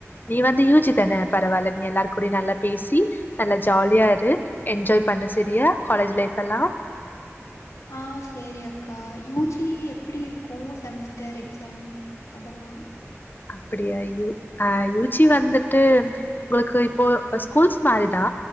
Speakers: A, on the left (about 40°); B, on the left (about 80°).
A: நீ வந்து யூ. ஜி. தான பரவாயில்ல நீ எல்லாருக் கூடயு நல்லா பேசி நல்லா ஜாலியா இரு என்ஜாய் பண்ணு ஸெரிய காலேஜ் லைஃப் எல்லா
B: ஆ ஸெரி அக்கா யூ. ஜி. எப்டி இருக்கு செமஸ்டர் எக்ஸாம் அதெல்லா
A: அப்டியா யு ஆ யூ. ஜி. வந்துட்டு உங்களுக்கு இப்போ ஸ்கூல்ஸ் மாரிதா